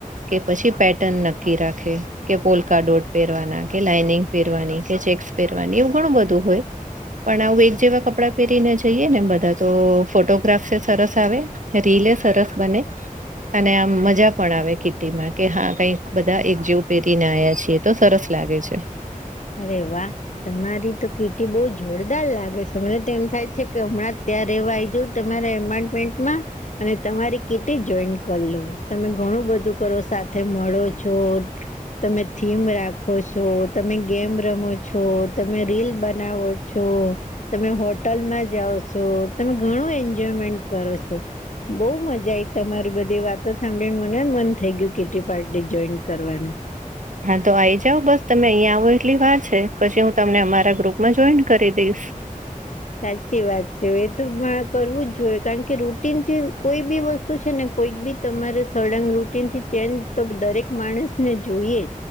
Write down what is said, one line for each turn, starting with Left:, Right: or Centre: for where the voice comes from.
Right: કે પછી પેટર્ન નક્કી રાખે. કે પોલકા ડોટ પહેરવાના કે લાઈનિંગ પહેરવાની કે ચેક્સ પહેરવાની એવું ઘણું બધું હોય. પણ આવું એક જેવા કપડાં પહેરીને જઈએ ને એમ બધા તો ફોટોગ્રાફ સ સરસ આવે રીલે સરસ બને અને આમ મજા પણ આવે કે કે હા કંઈક બધા એક જેવું પહેરીને આયા છીએ તો સરસ લાગે છે.
Left: અરે વાહ તમારી તો કીર્તિ બહુ જોરદાર લાગે છે મને તો એમ થાય. કે હમણાં ત્યારે રહેવા આવી જઉ તમારા એપોન્ટમેન્ટમાં અને તમારી કીટ જોઈન કર લો તમે ઘણું બધું કરો સાથે મળો છો. તમે થીમ રાખો છો, તમે ગેમ રમો છો, તમે રીલ બનાવો છો તમે હોટલમાં જાઓ છો, તમે ઘણું એન્જોયમેન્ટ કરો છો બઉ મજા આઈ તમારી બધી વાતો સાંભળીને મનેને મન થઈ ગયું કેટ પાર્ટી જોઈન કરવાનું.
Right: હા તો આ આવી જાવ બસ તમે અહીયાં આવો એટલી વાત છે, પછી હું તમને અમારા ગ્રુપ જોઈન્ટ કરી દઈશ.
Left: હું. સાચી વાત છે એ તો કરવું જ જોઈએ, કારણ કે રૂટનથી કોઈ બી વસ્તુ છે, ને કોઈક બી તમારે સળંગ રૂટીનથી ચેન્જ તો દરેક માણસ ને જોઈએ.